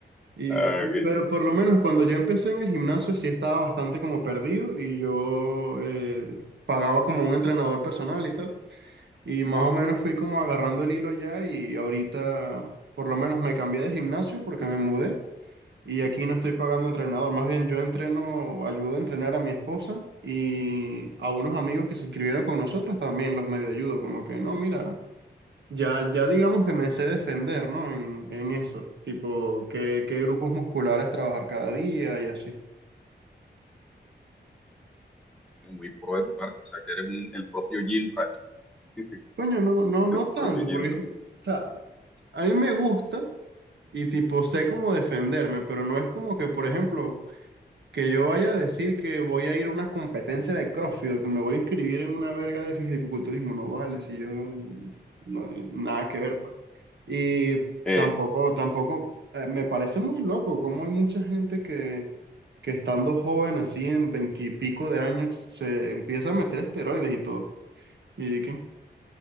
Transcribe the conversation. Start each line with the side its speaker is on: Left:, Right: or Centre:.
Right: Y
Centre: ah,
Right: sí,
Centre: ok.
Right: pero por lo menos cuando yo empecé en el gimnasio sí estaba bastante como perdido y yo eh, pagaba como un entrenador personal y tal. Y más o menos fui como agarrando el hilo ya y ahorita por lo menos me cambié de gimnasio porque me mudé. Y aquí no estoy pagando entrenador, más bien yo entreno, ayudo a entrenar a mi esposa y a unos amigos que se inscribieron con nosotros también los medio ayudo, como que no, mira, ya, ya digamos que me sé defender, ¿no? En, en eso, tipo, qué, qué grupos musculares trabajar cada día y así.
Centre: Muy pro de tu parte, o sea, que eres un- el propio Jim Rat. <laughs>
Right: Coño, no, no, no
Centre: El
Right: tanto,
Centre: propio Jim
Right: porque, es-
Centre: Rat.
Right: o sea, a mí me gusta y tipo, sé cómo defenderme, pero no es como que, por ejemplo... Que yo vaya a decir que voy a ir a una competencia de CrossFit, o que me voy a inscribir en una verga de fisicoculturismo, no vale, si yo no- nada que ver. pues. Y
Centre: Eh,
Right: tampoco, tampoco, eh, me parece muy loco cómo hay mucha gente que, que estando joven, así en veintipico de años, se empieza a meter esteroides y todo. Y qué